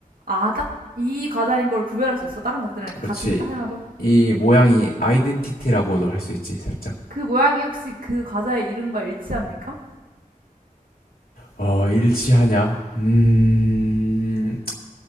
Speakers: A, on the right (about 75°); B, on the left (about 80°).
A: 아, 딱 이 과자인 걸 구별할 수 있어? 다른 과자들이랑 이렇게
B: 그렇지.
A: 같이 이렇게 딱 해놔도?
B: 이 모양이 아이덴티티라고도 할 수 있지, 살짝.
A: 그 모양이 혹시 그 과자의 이름과 일치합니까?
B: 어, 일치하냐? 음,